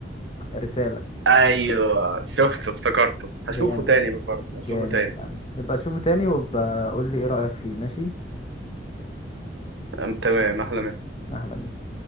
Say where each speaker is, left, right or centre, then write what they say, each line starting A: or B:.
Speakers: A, on the left; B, on the right.
A: رسالة
B: ايوه شفته افتكرته
A: جامد
B: هشوفه تاني برضه
A: جامد
B: هشوفه تاني
A: يا عم نبقى اشوفه تاني وابقى قول لي ايه رأيك فيه ماشي
B: أم تمام أحلى مسا
A: اهلا مس